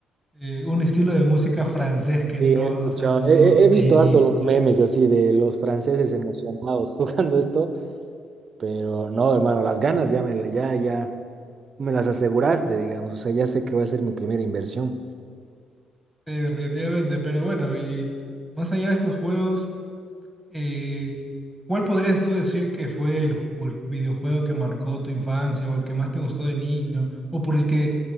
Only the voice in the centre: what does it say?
Eh, un estilo de música francés que
no,
o sea, no
tenía.
Sí, definitivamente, pero bueno, y más allá de estos juegos. Eh, ¿cuál podrías tú decir que fue el, ju- el videojuego que marcó tu infancia o el que más te gustó de niño o por el que